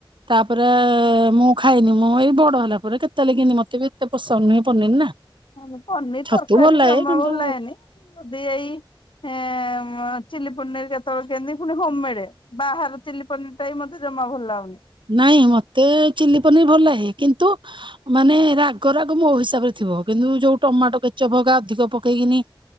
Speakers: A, on the right (about 65°); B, on the left (about 70°).
A: ତାପରେ ମୁଁ ଖାଇନି ମୁଁ ଏଇ ବଡ ହେଲା ପରେ କେତେ ବେଳେ କେଁତି ମତେ ବି ଏତେ ପସନ୍ଦ ନୁହଁ ପନିର ନା।
B: ମତେ ପନିର
A: ଛତୁ
B: ତରକାରୀ
A: ଭଲ ଲାଗେ
B: ଜମା
A: କିନ୍ତୁ
B: ଭଲ ଲାଗେନି ଯଦି ଏଇ ଏଁ ଚିଲି ପନିର କେ କେତେବେଳେ କେମତି ପୁଣି ହୋମମେଡ ବାହାର ଚିଲି ପନିର ଟା ବି ମତେ ଜମା ଭଲ ଲାଗୁନି।
A: ନାଇଁ ମତେ ଚିଲି ପନିର ଭଲ ଲାଗେ କିନ୍ତୁ ମାନେ ରାଗ ରାଗ ମୋ ହିସାବରେ। ଥିବ କିନ୍ତୁ ଯୋଉ ଟମାଟୋ କ୍ୟଚପ ହକା ଅଧିକ ପ ପକେଇକିନି